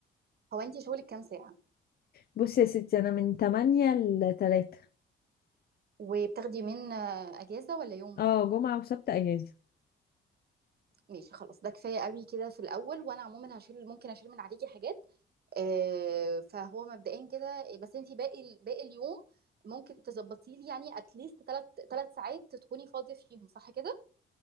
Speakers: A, on the right; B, on the left.
A: هو انت شغلك كام ساعه
B: بصي يا ستي انا من 8 ل 3
A: وبتاخدي من آه، اجازه ولا يوم
B: اه جمعة وسبت اجازة
A: ماشي خلاص ده كفايه قوي كده في الاول وانا عموما هشيل ممكن اشيل من عليكي حاجات آه، فهو مبدئيا كده إيه، بس انت باقي ال- باقي اليوم ممكن تظبطي لي يعني اتليست ثلاث ثلاث ساعات تكوني فاضيه فيهم صح كده